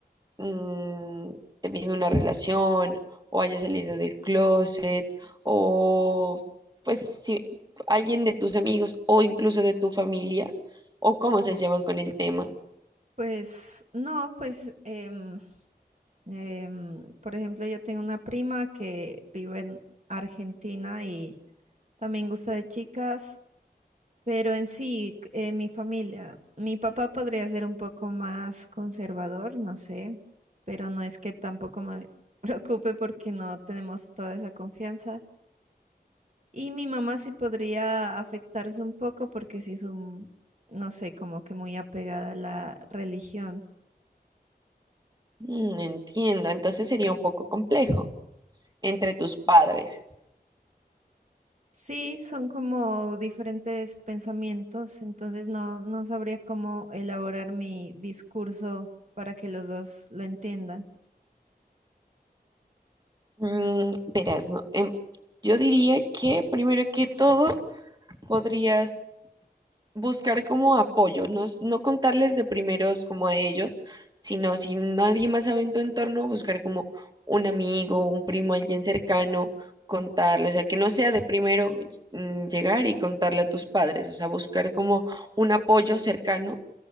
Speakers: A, on the right; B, on the right.
A: mm, tenido una relación o haya salido del closet o pues si alguien de tus amigos o incluso de tu familia o cómo se llevan con el tema.
B: Pues no, pues, em, em, por ejemplo, yo tengo una prima que vive en Argentina y también gusta de chicas. Pero en sí, eh, mi familia, mi papá podría ser un poco más conservador, no sé, pero no es que tampoco me <laughs> preocupe porque no tenemos toda esa confianza. Y mi mamá sí podría afectarse un poco porque sí es un, no sé, como que muy apegada a la religión.
A: Mm, entiendo, entonces sería un poco complejo entre tus padres.
B: Sí, son como diferentes pensamientos, entonces no, no sabría cómo elaborar mi discurso para que los dos lo entiendan.
A: Mm, verás, no, em, yo diría que primero que todo podrías buscar como apoyo, no, s- no contarles de primeros como a ellos, sino si nadie más sabe en tu entorno, buscar como un amigo, un primo, alguien cercano, contarle, o sea, que no sea de primero mm, llegar y contarle a tus padres, o sea, buscar como un apoyo cercano